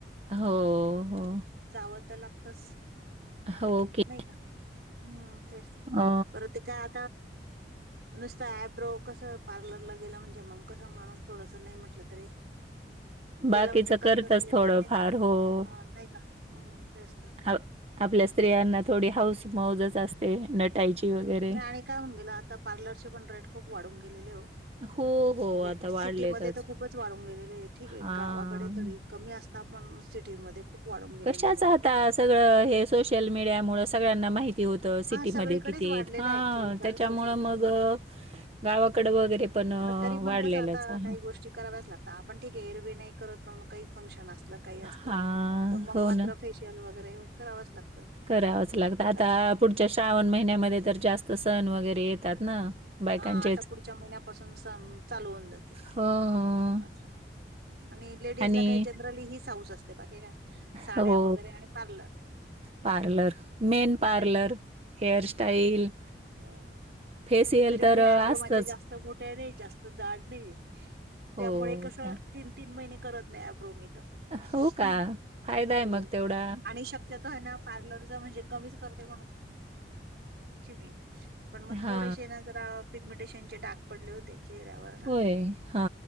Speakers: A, on the right (about 35°); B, on the right (about 65°).
A: हो हो
B: जाव तर लागतच
A: हो की.
B: नाही का हम्म तेच
A: अ
B: बरं ते काय नुसत आयब्रो कस पार्लरला गेला म्हणजे मंग कस माणूस थोडंस नाही म्हटलं तरी गेला
A: बाकीचं
B: म्हणजे करत
A: करतच
B: असले
A: थोडंफार
B: तस नाही का
A: हो.
B: नाही काम तेचत
A: आ आपल्या स्त्रियांना थोडी हौस मौजच असते
B: नाही
A: नटायची वगैरे.
B: आणि काय होऊन गेलं आता पार्लरचे पण रेट खूप वाढून गेलेले हो
A: हो, हो.
B: म्हणजे
A: आता वाढलेतच.
B: सिटीमध्येध्ये तर खूपच वाढून गेलेले आहे ठीक
A: हां.
B: आहे गावाकडे तरीही कमी असता पण सिटीमध्ये खूप वाढून गेलेले
A: कशाचा
B: रेट
A: आता सगळं हे सोशल मीडिया मुळं सगळ्यांना माहिती होत सिटी
B: हा सगळीकडेच
A: मध्ये किती
B: वाढलेलं
A: आहेत हा
B: आहे ऍक्च्युअल खरंच
A: त्याच्यामुळे
B: सोशल मीडिया
A: मग गावाकडे वगैरे पण अ,
B: तरी पण
A: वाढलेलंच
B: कसं आता
A: आहे.
B: काही गोष्टी कराव्याच लागत आपण ठीक एरवी नाही करत पण मग काही फंक्शन असलं काही असलं
A: हां,
B: तर मग
A: हो
B: मात्रश
A: ना.
B: ल वगैरे करावंच लागतं
A: करावंच लागतं
B: नाही
A: आता
B: का
A: पुढच्या श्रावण महिन्यामध्ये तर जास्त सण वगैरे येतात ना बायकांचेच.
B: हा आता पुढच्या महिन्यापासून सण चालू होऊन जातील
A: हो, हो.
B: अस आणि लेडीज
A: आणि
B: ला काही जनरली ही हौस असते बाकीे काय साड्या
A: हो
B: वगैरे आणि पार्लर
A: पार्लर मेन
B: नाही
A: पार्लर
B: का
A: हेअरस्टाईल
B: हा हा
A: फेशियल
B: तरी
A: तर
B: मी आयब्रो
A: असतच
B: माझ्या जास्त मोठ्या नाही जास्त जाड नाही त्यामुळे
A: हो
B: कसं
A: का
B: तीन तीन महिने करत नाही आयब्रो मी तर
A: हो का फायदा आहे
B: हो
A: मग तेवढा
B: आणि शक्यतो आहे ना पार्लरचा म्हणजे कमीच करतोय मी पण मग
A: हा
B: थ पिगमेटेशन चे डाक पडले होते चेहऱ्यावर ना
A: होय हा